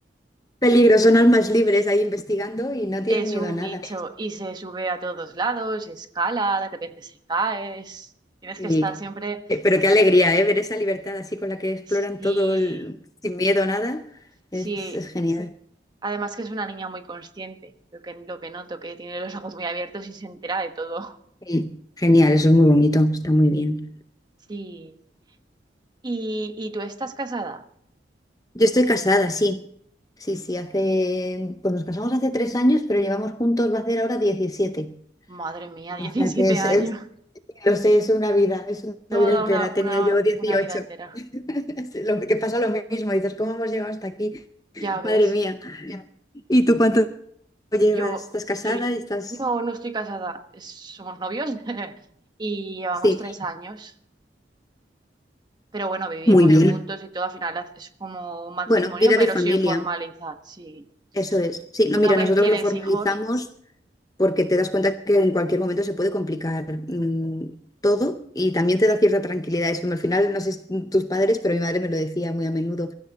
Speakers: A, on the left; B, on the right.
A: Peligro, son almas libres ahí investigando y no tienen
B: Es
A: miedo
B: un
A: a nada.
B: bicho y se sube a todos lados, escala, de repente se cae. es- Tienes
A: Sí.
B: que estar siempre.
A: Eh, Pero qué alegría, ¿eh? Ver esa libertad así con la que exploran
B: Sí,
A: todo el- sin miedo a nada.
B: sí.
A: Es, es genial.
B: Además que es una niña muy consciente, lo que, lo que noto, que tiene los ojos muy abiertos y se entera de todo.
A: Sí, genial, eso es muy bonito, está muy bien.
B: Sí. ¿Y, y tú estás casada?
A: Yo estoy casada, sí. Sí, sí, hace, pues nos casamos hace tres años, pero llevamos juntos, va a ser ahora diecisiete,
B: Madre mía,
A: O Ah,
B: <laughs> 17
A: sea que es,
B: años.
A: es- lo sé, es una vida, es una
B: Toda
A: vida entera.
B: una,
A: Tenía
B: una,
A: yo 18.
B: una vida entera.
A: <laughs> Es lo que pasa lo mismo, dices, ¿cómo hemos llegado hasta aquí?
B: Ya ves.
A: Madre mía. ya. ¿Y tú cuánto llevas?
B: Yo,
A: ¿Estás casada?
B: yo,
A: ¿Estás...?
B: no, no estoy casada, es- somos novios <laughs> y llevamos
A: Sí,
B: tres años, pero bueno, vivimos
A: Muy bien.
B: juntos y todo, al final haz- es como un matrimonio,
A: bueno, bueno, vida
B: pero
A: de familia,
B: sin formalizar, sí.
A: eso es. Sí, no,
B: Una
A: mira,
B: vez
A: nosotros
B: tienes
A: lo formalizamos.
B: hijos,
A: porque te das cuenta que en cualquier momento se puede complicar mm, todo y también te da cierta tranquilidad es eso. Al final, no sé si tus padres, pero mi madre me lo decía muy a menudo,